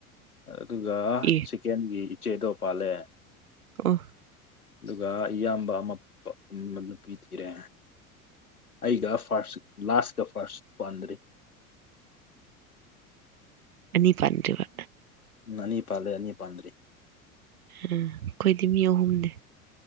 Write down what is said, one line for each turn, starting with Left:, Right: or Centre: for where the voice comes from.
Left: ꯑꯗꯨꯒ
Right: ꯑꯦ
Left: ꯆꯤꯛꯀꯦꯟꯒꯤ ꯏꯆꯦꯗꯣ ꯄꯥꯜꯂꯦ
Right: ꯑꯣꯐ
Left: ꯑꯗꯨꯒ ꯏꯌꯥꯝꯕ ꯑꯃ ꯅꯨꯄꯤ ꯊꯤꯔꯦ ꯑꯩꯒ ꯐꯥꯔꯁ ꯂꯥꯁꯀ ꯐꯥꯔꯁ ꯄꯥꯟꯗ꯭ꯔꯤ
Right: ꯑꯅꯤ ꯄꯟꯗꯔ꯭ꯤꯕ
Left: ꯎꯝ ꯑꯅꯤ ꯄꯥꯜꯂꯦ ꯑꯅꯤ ꯄꯥꯟꯗ꯭ꯔꯤ
Right: ꯑꯩꯈꯣꯏꯗꯤ ꯃꯤ ꯑꯍꯨꯝꯅꯦ